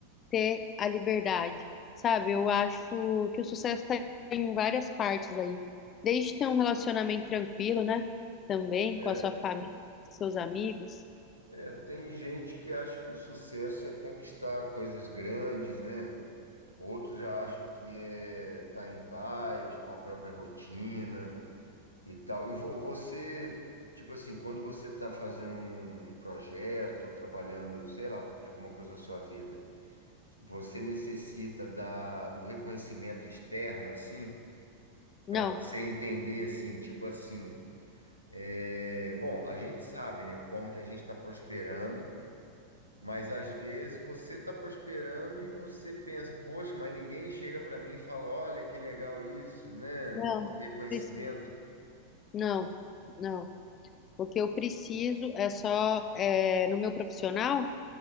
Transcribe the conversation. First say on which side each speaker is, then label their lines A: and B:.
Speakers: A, on the left (about 30°); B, on the left (about 90°).
A: ter a liberdade, sabe? Eu acho que o sucesso está em várias partes aí. Desde ter um relacionamento tranquilo, né? Também
B: É,
A: com a sua família, seus amigos.
B: é, tem gente que acha que o sucesso é conquistar coisas grandes, né? Outros já acham que é tá em paz com a própria rotina e tal. E vo- você, tipo assim, quando você está fazendo um projeto ou trabalhando, sei lá, alguma coisa na sua vida, você necessita da, do reconhecimento externo, assim,
A: Não,
B: para você entender, assim, tipo assim, é, bom, a gente sabe, né, como que a gente está prosperando. Mas às vezes você está prosperando e você pensa, poxa, mas ninguém chega para mim e fala, olha que legal isso, né?
A: não,
B: Reconhecimento.
A: preciso. Não, não. O que eu preciso é só, é, no meu profissional,